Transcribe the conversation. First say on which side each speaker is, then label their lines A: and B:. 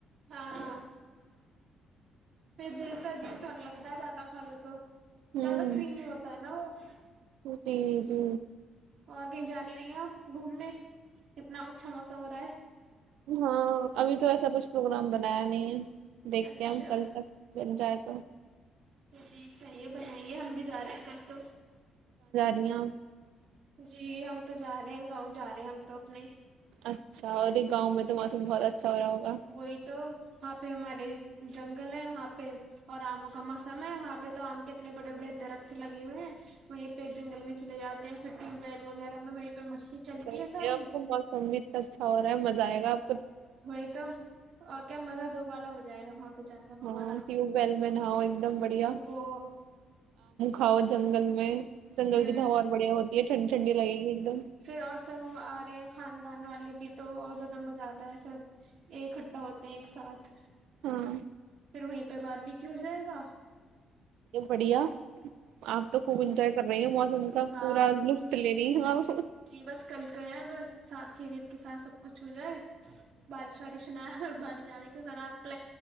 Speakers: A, on the right; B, on the right.
A: ہاں ہاں پھر دل سے عجیب سنے لگتا ہے زیادہ کھانے تو
B: ہوں
A: زیادہ کریمی ہوتا ہے نا وہ جی
B: جی جی
A: اور کہیں جاانی رہی ہیں آپ گھومنے کتنا اچھا موسم ہو رہا ہے
B: ہاں ابھی تو ایسا کچھ پروگرام ب نہیں دیکھتے
A: اچھا
B: ہم کل تک بن جائے تو
A: تو جی صحیح ہے بنائیے ہم بھی جا رہے ہیں کل تو
B: جڑیا
A: جی ہم تو جا رہے ہیں گاؤں جا رہے ہیں ہم تو اپنے
B: اچھا اور گاں تو مسم بہت اچھا ہو رہا ہوگا
A: وہی تو وہاں پہ ہمارے جنگل ہے وہاں پہ اور آموں کا موسم ہے وہاں پہ تو آم کے اتنے بڑے بڑے درخت لگے ہو ہیں وہیں پہ جنگل میں چے جاتے ہیں پگ ویل وغیرہ میں وہ پہ مستی چلتی
B: صحیح
A: ساری
B: ہے اب تو موسم بھی اتنا اچھا ہو رہا ہے مزہ آئے گا اب
A: وہی تو اور کیا مزہ دو پا جائے گ وہاں پہ جا کے ہمارا
B: ہاں ٹیوب ویل میں نہاؤ ایک دم بڑیاک
A: وہ
B: ہاؤ جنگل میں جنگل
A: ہوں
B: کی تو ہوار بڑھیا ہوتی ہے ٹھنڈی ٹنڈ لگے گی دم
A: پھر اور سب ہم آ رہے ہیں خاندان والے بھی تو اور زیادہ مزہ آتا ہے سب اکٹھا ہوتے ہیں ایک ساتھ
B: ہاں
A: پھر وہیں پہ باہ بھی کیوں ہو جائے گا
B: بڑھیا آپ تو خوب
A: جی
B: انجوائے کر رہی ہیں موسم کا
A: ہاں
B: پورا لطف لے ج ہاں <unintelligible>
A: جی بس کل کا بس سات خریت کے ساتھ سب کچھ ہو جائے بارش وارش نہیا اور بارش ج گی <unintelligible> توذر آپ